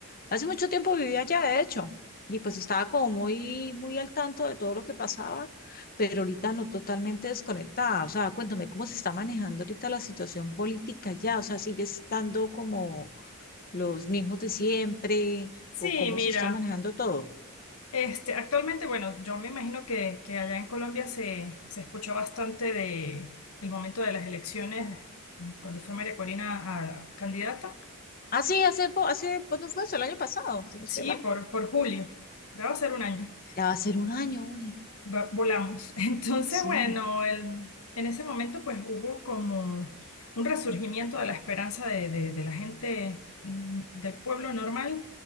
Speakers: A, on the left; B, on the left.
A: Hace mucho tiempo vivía allá, de hecho, y pues estaba como muy, muy al tanto de todo lo que pasaba, pero ahorita no totalmente desconectada. O sea, cuéntame cómo se está manejando ahorita la situación política allá. O sea, sigue estando como los mismos de siempre
B: Sí,
A: o cómo
B: mira,
A: se está manejando todo.
B: este, actualmente, bueno, yo me imagino que, que allá en Colombia se, se escuchó bastante de el momento de las elecciones, cuando fue María Corina a candidata.
A: Ah, sí, hace, po- hace, ¿cuándo fue eso? El año pasado, si no estoy
B: Sí,
A: mal.
B: por, por julio. Ya va a ser un año.
A: Ya va a ser un año, oye.
B: va- volamos. <laughs> Entonces,
A: Sí,
B: bueno, el- en ese momento pues hubo como un resurgimiento de la esperanza de, de- de la gente mm, del pueblo normal